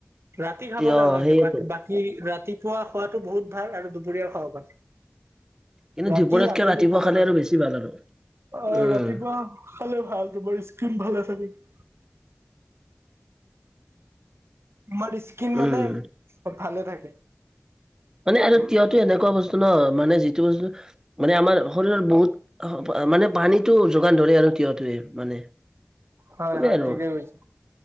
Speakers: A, on the right; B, on the right.
A: ৰাতি খাব
B: অ
A: নালাগে।
B: সেইয়েতো
A: বাকী-বাকী ৰাতিপুৱা খোৱাতটো বহুত ভাল আৰু দুপৰীয়া খাব পাৰি। <inaudible>
B: কিন্তু
A: ৰাতি,
B: দুপৰীয়াতকে
A: আবেলি
B: ৰাতিপুৱা
A: খাব
B: খালে
A: লাগে।
B: আৰু বেছি ভাল আৰু
A: অ
B: উম
A: ৰাতিপুৱা <unintelligible> খালে ভাল তোমোৰ স্কিন ভালে থাকে। <inaudible> তোমাৰ স্কিন মানে
B: উম
A: ভালে থাকে। <unintelligible>
B: মানে আৰু তিয়হঁতো এনেকুৱা বস্তু ন মানে যিটো বস্তু <unintelligible> মানে আমাৰ শৰীৰৰ বহুত মানে পানীটো যোগান ধৰে আৰু তিয়ঁহতোৱে মানে। <inaudible>
A: হয়-হয়,
B: সেইটোৱে আৰু
A: ঠিকে কৈছা।